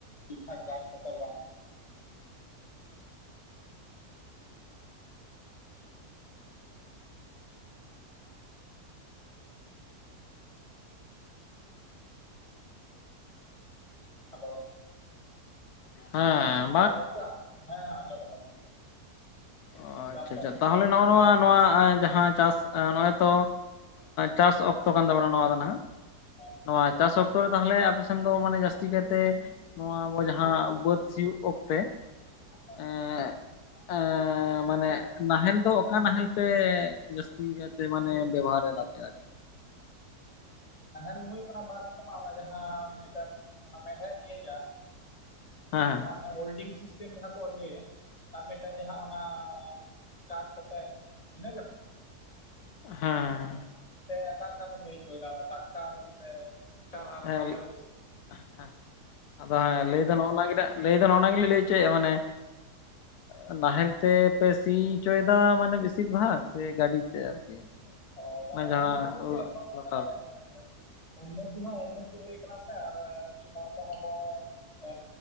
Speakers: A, on the left; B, on the left.
A: ᱴᱷᱤᱠ ᱴᱷᱟᱠ ᱵᱟᱭ ᱥᱯᱷᱚᱞ ᱵᱟᱝ ᱦᱩᱭᱩᱜᱼᱟ᱾ ᱦᱟᱞᱳ᱾
B: ᱦᱮᱸᱻ᱾
A: ᱦᱮᱸ ᱜᱚᱝᱠᱮ ᱦᱮᱸ ᱟᱸᱡᱚᱢᱚᱜ ᱠᱟᱱᱟ ᱱᱤᱛᱚᱜ᱾
B: ᱚ
A: ᱰᱤᱥᱴᱟᱵ
B: ᱟᱪᱪᱷᱟ
A: ᱫᱟᱭ
B: ᱟᱪᱪᱷᱟ
A: ᱠᱟᱹᱴᱤᱡ
B: ᱛᱟᱦᱚᱞᱮ ᱱᱚᱜᱼᱚ ᱱᱚᱣᱟ ᱱᱚᱣᱟ ᱡᱟᱦᱟᱸ ᱪᱟᱥ, ᱱᱚᱜᱼᱚᱭ ᱛᱚ ᱪᱟᱥ ᱚᱠᱛᱚ ᱠᱟᱱ ᱛᱟᱵᱚᱱᱟ ᱱᱚᱣᱟ ᱫᱚ ᱱᱟᱦᱟᱜ ᱾
A: ᱦᱮᱸ ᱦᱮᱸ
B: ᱱᱚᱣᱟ ᱪᱟᱥ ᱚᱠᱛᱚ ᱨᱮ ᱛᱟᱦᱚᱞᱮ ᱟᱯᱮᱥᱮᱱ ᱫᱚ ᱢᱟᱱᱮ ᱡᱟᱹᱥᱛᱤ ᱠᱟᱭᱛᱮ ᱱᱚᱣᱟ ᱟᱵᱚ ᱡᱟᱦᱟᱸ ᱵᱟᱹᱫᱽ ᱥᱤᱭᱳᱜ ᱚᱠᱛᱮ
A: ᱦᱮᱸ
B: ᱮᱸᱻ ᱮᱸᱻ᱾ ᱮᱸᱻ, ᱢᱟᱱᱮ ᱱᱟᱦᱮᱞ ᱫᱚ ᱚᱠᱟ ᱱᱟᱦᱮᱞ ᱯᱮ ᱡᱟᱹᱥᱛᱤ ᱠᱟᱭᱛᱮ ᱢᱟᱱᱮ ᱵᱮᱵᱚᱦᱟᱨ ᱮᱫᱟ ᱯᱮ ᱟᱨ
A: ᱱᱟᱦᱮᱞ ᱫᱚ ᱦᱳᱭᱳᱜ ᱠᱟᱱᱟ ᱵᱟᱨ ᱨᱚᱠᱚᱢᱟᱜ ᱚᱱᱟ ᱡᱟᱦᱟᱸ ᱢᱤᱫᱴᱮᱱ ᱚᱱᱟ ᱢᱮᱲᱦᱮᱫ ᱫᱤᱭᱮ ᱡᱟ
B: ᱦᱮᱸ
A: ᱡᱟᱦᱟᱸ ᱚᱱᱟᱮ ᱦᱳᱞᱰᱤᱝ ᱥᱤᱥᱴᱮᱢ ᱡᱟᱦᱟᱸ ᱠᱚ ᱤᱭᱟᱹᱭᱮᱜ ᱟᱨ ᱢᱤᱫᱴᱟᱝ ᱡᱟᱦᱟᱸ ᱚᱱᱟ ᱠᱟᱴ ᱠᱚᱛᱮ ᱤᱱᱟᱹ ᱜᱮᱛᱚ?
B: ᱦᱮᱸ᱾
A: ᱥᱮ ᱞᱮᱠᱟ ᱵᱮᱱ ᱟᱹᱭᱠᱟᱹᱣᱮᱫᱟ ᱚᱱᱟ ᱴᱟᱠᱴᱟᱨ ᱥᱮ ᱴᱟᱨ ᱟᱨ
B: ᱦᱮᱸ
A: ᱱᱟᱦᱮᱞ
B: ᱦᱮᱸ ᱟᱫᱚ ᱦᱮᱸ ᱞᱟᱹᱭ ᱫᱚ ᱱᱚᱜ-ᱚ ᱱᱟ ᱜᱮ ᱱᱟᱜ ᱞᱟᱹᱭ ᱫᱚ ᱱᱚᱜ-ᱚᱱᱟ ᱜᱮᱞᱤᱧ ᱞᱟᱹᱭ ᱦᱚᱪᱚᱭᱮᱜ-ᱟ ᱢᱟᱱᱮ ᱮᱸᱻ ᱱᱟᱦᱮᱞ ᱛᱮᱯᱮ ᱥᱤᱪᱚᱭᱫᱟ ᱢᱟᱱᱮ ᱵᱮᱥᱤᱨ ᱵᱷᱟᱜᱽ ᱥᱮ ᱜᱟᱹᱰᱤ ᱛᱮ? <unintelligible>
A: ᱚ ᱢᱟᱱᱮ
B: ᱚᱱᱟ ᱡᱟᱦᱟᱸ
A: ᱱᱤᱭᱟᱹ ᱡᱩᱜᱽ ᱨᱮᱫᱚ ᱮᱠᱷᱚᱱ ᱫᱚ
B: ᱞᱚᱴᱟᱨ
A: ᱢᱟᱱᱮ ᱮᱸ ᱩᱱᱱᱚᱛᱤ ᱦᱚᱸ ᱩᱱᱱᱚᱛᱤ ᱦᱩᱭ ᱠᱟᱱᱟ ᱥᱮ ᱟᱨ ᱠᱟᱹᱴᱤᱡ ᱦᱚᱲ ᱠᱚᱦᱚᱸ ᱠᱚ ᱮ